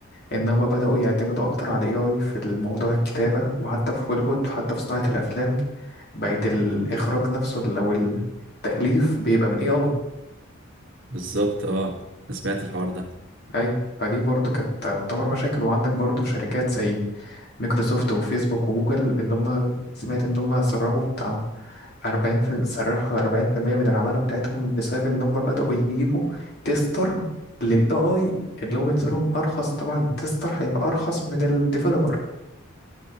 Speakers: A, on the left; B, on the right.
A: إن هما بدأوا يعتمدوا أكتر على ال AI في الموضوع الكتابة وحتى في هوليوود وحتى في صناعة الأفلام بقت الإخراج نفسه أو التأليف بيبقى من AI
B: بالظبط اه انا سمعت الحوار ده
A: أيوة فدي برضو كانت تعتبر مشاكل وعندك برضو شركات زي مايكروسوفت وفيسبوك وجوجل اللي هم سمعت ان هم سربوا بتاع 40 في سرحوا 40% من العمالة بتاعتهم بسبب ان هم بدأوا يجيبوا تيستر للاي اي اللي هو بينزلهم ارخص طبعا تيستر هيبقى ارخص من الديفلوبر